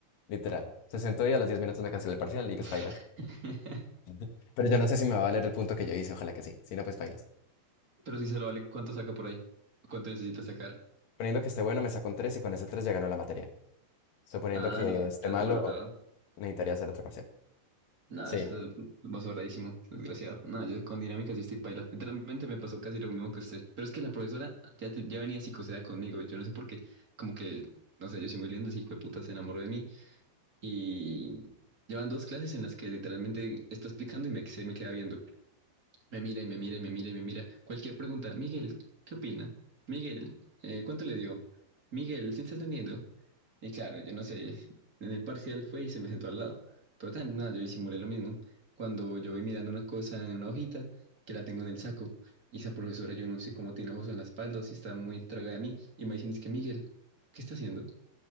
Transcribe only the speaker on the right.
<laughs>
Pero si se lo vale, ¿cuánto saca por ahí? ¿Cuánto necesita sacar?
Ah,
no, está
sobrado.
No,
eso está va sobradísimo, desgraciado. No, yo con dinámica sí estoy paila. Literalmente me pasó casi lo mismo que usted. Pero es que la profesora ya, te- ya venía psicoseada conmigo. Yo no sé por qué, como que, no sé, yo soy muy lindo, ese hijo de puta se enamoró de mí. Y llevan dos clases en las que literalmente está explicando y me, se me queda viendo. Me mira y me mira y me mira y me mira. Cualquier pregunta. Miguel, ¿qué opina? Miguel, eh, ¿cuánto le dio? Miguel, ¿sí estás teniendo? Y claro, yo no sé. En el parcial fue y se me sentó al lado. Pero tan nada, yo disimulé lo mismo. Cuando yo voy mirando una cosa en una hojita que la tengo en el saco. Y esa profesora, yo no sé cómo tiene ojos en la espalda o si está muy tragada de mí. Y me dicen, es que Miguel, ¿qué está haciendo?